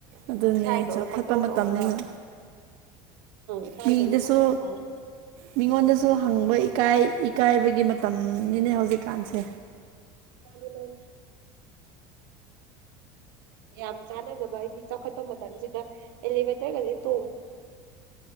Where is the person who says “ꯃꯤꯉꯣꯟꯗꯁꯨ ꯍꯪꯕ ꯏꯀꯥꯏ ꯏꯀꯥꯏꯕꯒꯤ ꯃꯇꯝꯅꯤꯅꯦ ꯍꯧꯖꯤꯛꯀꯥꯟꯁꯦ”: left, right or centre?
Right